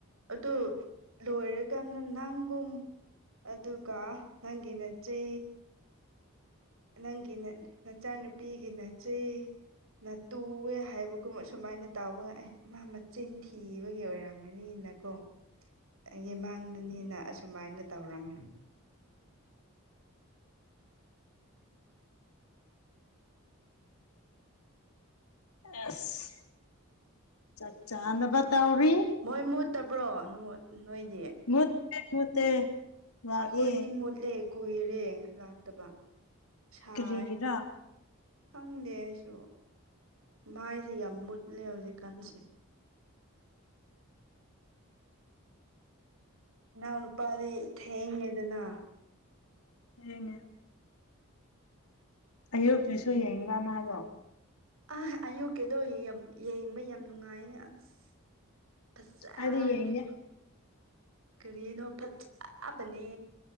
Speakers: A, on the right; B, on the left.
A: ꯑꯗꯨ ꯂꯣꯏꯔꯀꯥꯟꯗ ꯅꯪꯒꯨꯝ ꯑꯗꯨꯒ ꯅꯪꯒꯤ ꯅꯆꯦ ꯅꯪꯒꯤꯅ ꯅꯆꯥꯅꯨꯄꯤꯒꯤ ꯅꯆꯦ ꯅꯇꯨꯋꯦ ꯍꯥꯏꯕ ꯀꯣ ꯑꯁꯨꯃꯥꯏꯅ ꯇꯥꯎꯕꯒ ꯑꯩ ꯃꯥ ꯃꯆꯤꯟ ꯊꯤꯕꯒꯤ ꯑꯣꯏꯔꯝꯒꯅꯤꯅꯀꯣ ꯑꯩꯒꯤ ꯃꯥꯡꯗꯅꯤꯅ ꯑꯁꯨꯃꯥꯏꯅ ꯇꯧꯔꯝꯃꯦ
B: ꯑꯁ ꯆꯥꯛ ꯆꯥꯅꯕ ꯇꯧꯔꯤ
A: ꯍꯣꯏ ꯃꯨꯠꯇꯕ꯭ꯔꯣ ꯅꯣꯏꯗꯤ
B: ꯃꯨꯠꯇꯦ ꯃꯨꯠꯇꯦ ꯂꯥꯛꯑꯦ
A: ꯑꯩꯈꯣꯏꯗꯤ ꯃꯨꯠꯂꯦ ꯀꯨꯏꯔꯦ ꯂꯥꯛꯇꯕ ꯁꯥꯏ
B: ꯀꯔꯤꯒꯤꯔꯥ
A: ꯈꯪꯗꯦ ꯑꯩꯁꯨ ꯃꯥꯏꯁꯦ ꯌꯥꯝ ꯃꯨꯠꯂꯦ ꯍꯧꯖꯤꯛꯀꯥꯟꯁꯦ ꯏꯅꯥꯎ ꯅꯨꯄꯥꯗꯤ ꯊꯦꯡꯉꯦꯗꯅ
B: ꯊꯦꯡꯉꯦ ꯑꯌꯨꯛꯀꯤꯁꯨ ꯌꯦꯡꯕ ꯃꯥꯗꯣ
A: ꯑꯥ ꯑꯌꯨꯛꯀꯤꯗꯣ ꯌꯦꯡꯕ ꯌꯥꯝ ꯅꯨꯡꯉꯥꯏꯅꯦ ꯑꯁ ꯐꯖꯥꯢ
B: ꯑꯩꯗꯤ ꯌꯦꯡꯗꯦ
A: ꯀꯔꯤꯅꯣ ꯐꯖꯕꯅꯦ